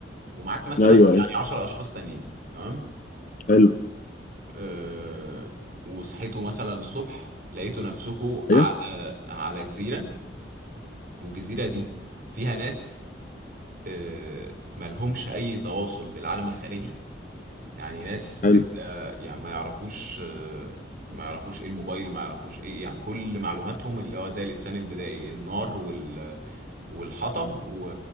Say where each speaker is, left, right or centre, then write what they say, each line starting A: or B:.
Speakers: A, on the right (about 50°); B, on the left (about 40°).
A: ومعاك مثلا
B: ايوه ايوه
A: يعني 10 اشخاص تانيين تمام
B: حلو
A: أه وصحيتوا مثلا الصبح لقيتوا نفسكوا على
B: ايوه
A: على جزيرة والجزيرة دي فيها ناس آه، ملهمش اي تواصل بالعالم الخارجي يعني ناس
B: حلو
A: انت آه، يعني ما يعرفوش آه، ما يعرفوش ايه الموبايل ما يعرفوش ايه يعني كل معلوماتهم اللي هو زي الانسان البدائي النار وال والحطب و-